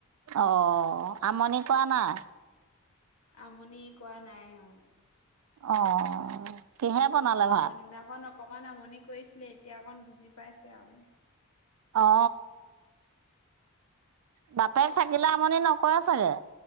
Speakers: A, on the right (about 80°); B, on the left (about 85°).
A: অঁ আমনি কৰা নাই?
B: আমনি কৱা নাই অঁ।
A: অঁ কিহে বনালে ভাত?
B: সেই দিনাখন অকণমান আমনি কৰিছিলে এতিয়া অকণ বুজি পাইছে আও।
A: অ। বাপেক থাকিলে আমনি নকয়ে চাগে?